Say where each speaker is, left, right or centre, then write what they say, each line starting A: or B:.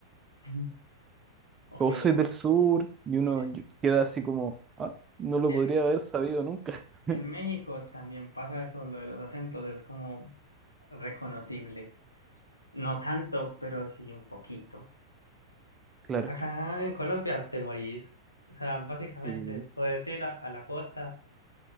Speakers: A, on the left (about 85°); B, on the right (about 20°).
A: <laughs>
B: <laughs>
A: Ok,
B: o soy del sur y
A: porque
B: uno y- queda así como, ah, no lo
A: en,
B: podría haber sabido nunca. <laughs>
A: En México también pasa eso, lo de los acentos, es como reconocible. No tanto, pero sí un poquito.
B: Claro.
A: Acá en Colombia te morís. O sea, básicamente
B: Sí,
A: puedes ir a, a la costa